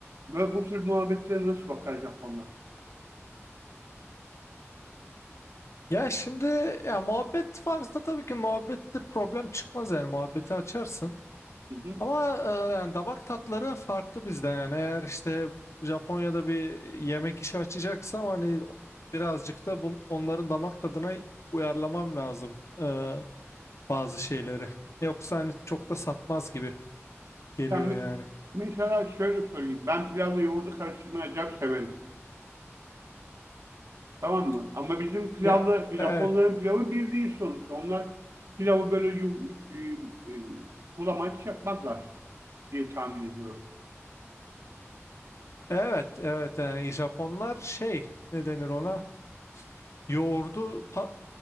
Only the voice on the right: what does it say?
ve bu tür muhabbetlere nasıl bakar Japonlar?
Hı hı.
Yani
me- mesela şöyle sorayım. Ben pilavla yoğurdu karıştırmayı acayip severim. Tamam mı? Ama bizim pilavla
Japonların
pilavı bir değil sonuçta. Onlar pilavı böyle yum, e, e, bulamaç yapmazlar diye tahmin ediyorum.